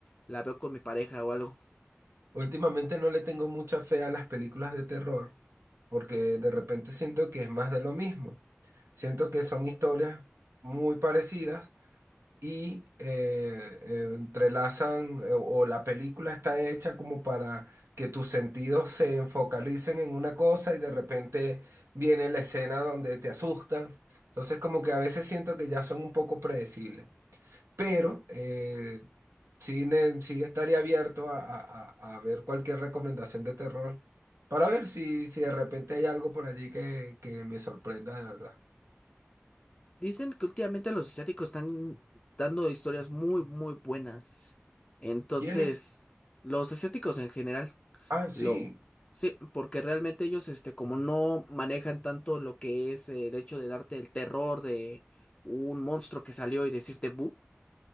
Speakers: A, on the left; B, on the right.
A: la veo con mi pareja o algo.
B: Últimamente no le tengo mucha fe a las películas de terror porque de repente siento que es más de lo mismo. Siento que son historias muy parecidas y eh, eh, entrelazan eh, o la película está hecha como para que tus sentidos se enfocalicen en una cosa y de repente viene la escena donde te asustan. Entonces como que a veces siento que ya son un poco predecibles, pero eh, sí, ne- sí estaría abierto a, a- a- a ver cualquier recomendación de terror para ver si, si de repente hay algo por allí que, que me sorprenda de verdad.
A: Dicen que últimamente los asiáticos están dando historias muy, muy buenas. Entonces,
B: ¿quiénes
A: los asiáticos en general,
B: Ah, sí.
A: lo... Sí, porque realmente ellos, este, como no manejan tanto lo que es eh, el hecho de darte el terror de un monstruo que salió y decirte bu.